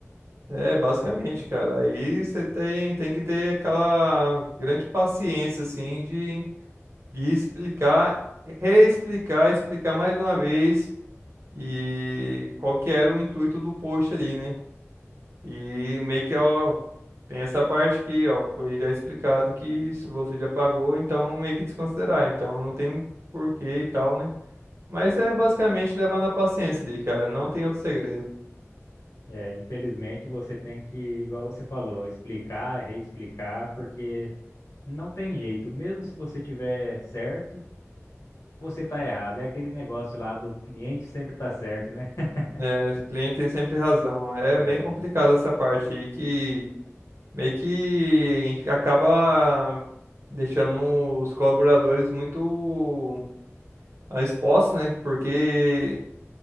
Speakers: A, on the right; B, on the left.
A: É, basicamente, cara, aí você tem, tem que ter aquela grande paciência, assim, de, de explicar reexplicar, explicar mais uma vez E qual que era o intuito do post ali, né? E meio que, ó, tem essa parte aqui, ó, foi já explicado que se você já pagou, então meio que desconsiderar, então não tem porquê e tal, né? Mas é basicamente levar na paciência ali, cara, não tem outro segredo.
B: É, infelizmente, você tem que, igual você falou, explicar, reexplicar, porque. Não tem jeito, mesmo se você tiver certo, você tá errado. É aquele negócio lá do cliente sempre tá certo, né? <laughs>
A: É, o cliente tem sempre razão. É
B: É,
A: bem complicado essa parte aí que meio que a gente acaba deixando os colaboradores muito ah, expostos, né? Porque